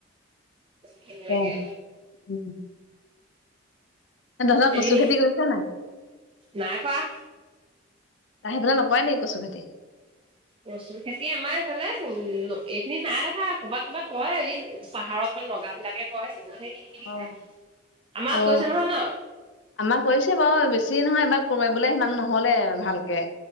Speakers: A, on the right; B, on the left.
A: ঘিণ লগে।
B: তাকে। উম হুম। তহঁতৰ
A: এদিন
B: কচু খেতি কৰিছে নাই?
A: নাই কৰা
B: সেইফালে নকৰে নেকি কচু খেতি?
A: কচুৰ খেতি আমাৰ এইফালে উম এইখিনি নাই দেখা, ক'বাত-ক'বাত কয় এই পাহাৰত অ', নগা বিলিলাকে কয় এইবোৰ হে কিনি কিনি
B: অ',
A: খায় আমাক
B: অ'।
A: কৈছে নহয় ন
B: আমাৰ কৰিছে বাৰু বেছি নহয় এইবাৰ ক'বাত বুলে সিমান নহলে ভালকে।